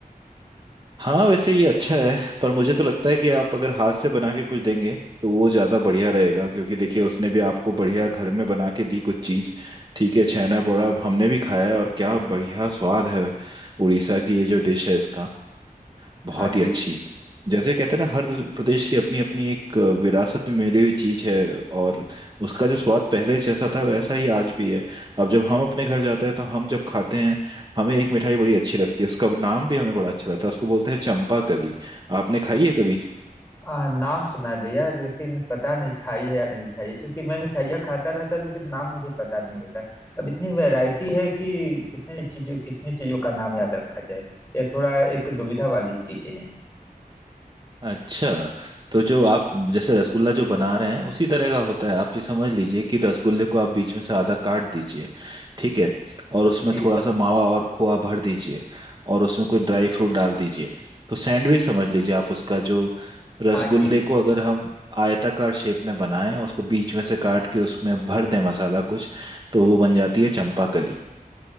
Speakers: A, on the right; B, on the left.
A: हाँ वैसे ये अच्छा है पर मुझे तो लगता है कि आप अगर हाथ से बना के कुछ देंगे तो वो ज्यादा बढ़िया रहेगा क्योंकि देखिए उसने भी आपको बढ़िया घर में बना के दी कुछ चीज ठीक है छैना पोड़ा हमने भी खाया है और क्या बढ़िया स्वाद है उड़ीसा की ये जो डिश है इसका बहुत
B: हाँ जी
A: ही अच्छी जैसे कहते हैं ना हर प्रदेश की अपनी अपनी एक विरासत में मिली हुई चीज है और उसका जो स्वाद पहले जैसा था वैसा ही आज भी है अब जब हम अपने घर जाते हैं तो हम जब खाते हैं हमें एक मिठाई बड़ी अच्छी लगती है उसका नाम भी हमें बड़ा अच्छा लगता है उसको बोलते हैं चंपा कली आपने खाई है कभी
B: आ, नाम सुना है भैया लेकिन पता नहीं खाई है या नहीं खाई है क्योंकि मैं मिठाइयाँ खाता रहता लेकिन नाम मुझे पता नहीं होता अब इतनी वैरायटी है कि कितने चीजों कितनी चीजों का नाम याद रखा जाए यह थोड़ा एक दुविधा वाली चीजें हैं
A: अच्छा तो जो आप जैसे रसगुल्ला जो बना रहे हैं उसी तरह का होता है आप ये समझ लीजिए कि रसगुल्ले को आप बीच में से आधा काट दीजिए ठीक है और उसमें
B: जी जी
A: थोड़ा सा मावा और खोआ भर दीजिए और उसमें कोई ड्राई फ्रूट डाल दीजिए तो सैंडविच समझ लीजिए आप उसका जो रसगुल्ले
B: हाँ जी जी
A: को अगर हम आयताकार शेप में बनाएं और उसको बीच में से काट के उसमें भर दें मसाला कुछ तो वो बन जाती है चंपाकली